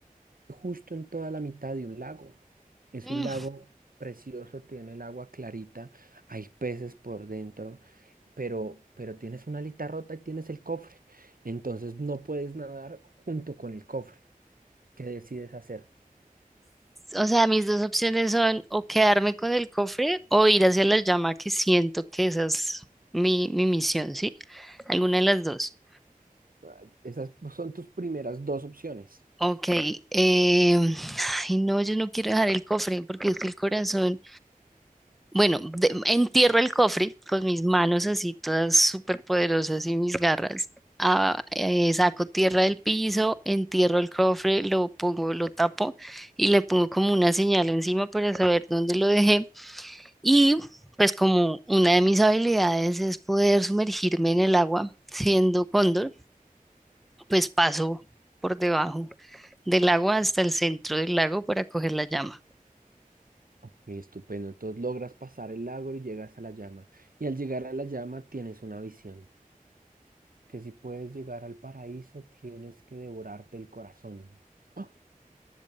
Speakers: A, on the right (about 75°); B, in the centre.
A: justo en toda la mitad de un lago. Es
B: Mm.
A: un lago precioso, tiene el agua clarita, hay peces por dentro, pero, pero tienes una alita rota y tienes el cofre. Entonces no puedes nadar junto con el cofre. ¿Qué decides hacer?
B: O sea, mis dos opciones son o quedarme con el cofre o ir hacia la llama, que siento que esa es mi, mi misión, ¿sí? Alguna de las dos.
A: Ah, Esas son tus primeras dos opciones.
B: Ok, em, ay, no, yo no quiero dejar el cofre porque es que el corazón, bueno, de- entierro el cofre con mis manos así todas súper poderosas y mis garras. Ah, eh, saco tierra del piso, entierro el cofre, lo pongo, lo tapo y le pongo como una señal encima para saber dónde lo dejé. Y pues como una de mis habilidades es poder sumergirme en el agua, siendo cóndor, pues paso por debajo del agua hasta el centro del lago para coger la llama.
A: Ok, Estupendo. Entonces logras pasar el lago y llegas a la llama. Y al llegar a la llama tienes una visión, que si puedes llegar al paraíso tienes que devorarte el corazón. ¡Ah!